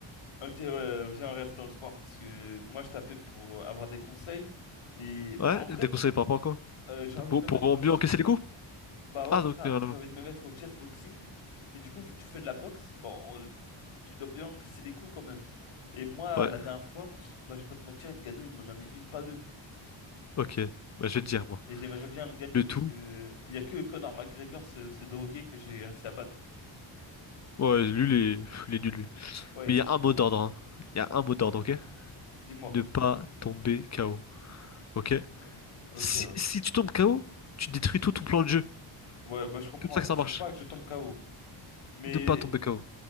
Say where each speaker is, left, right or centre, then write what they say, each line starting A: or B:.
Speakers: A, on the left; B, on the left.
A: Ok, ouais, viens, on reste dans le sport parce que moi je t'appelais pour euh, avoir des conseils et
B: Ouais,
A: bah en vrai
B: des conseils par rapport à quoi?
A: euh, j'ai envie
B: Pour,
A: de me
B: pour
A: mettre au ch-
B: mieux encaisser les coups?
A: bah ouais
B: Ah,
A: c'est
B: donc,
A: ça
B: rien à
A: j'ai
B: voir.
A: envie de me mettre au chess boxing et du coup vu que tu fais de la boxe bon on- tu dois bien que c'est des coups quand même et moi
B: Ouais,
A: la dernière fois bah je vais pas te mentir Ngannou il m'en a mis une pas deux
B: ok. Bah, je vais te dire, moi.
A: et j'aimerais bien le gagner
B: Le
A: parce
B: tout.
A: que il y a que Conor McGregor ce, ce drogué que j'ai réussi à battre
B: Ouais, lui, il est, pff, il est nul, lui.
A: ouais
B: Mais
A: il
B: il
A: est
B: y
A: finito
B: a un mot d'ordre, hein. Il y a un mot d'ordre, ok?
A: dis-moi
B: Ne pas tomber KO, ok?
A: ok
B: Si,
A: ouais
B: si tu tombes KO, tu détruis tout ton plan de jeu.
A: ouais bah je comprends
B: C'est comme ça que ça
A: faut
B: marche.
A: pas que je tombe KO mais
B: Ne pas tomber KO.